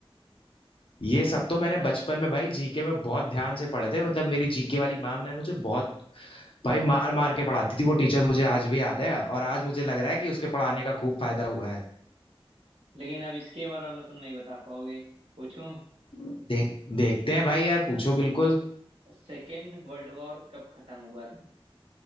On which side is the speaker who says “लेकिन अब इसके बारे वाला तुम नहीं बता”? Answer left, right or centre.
Right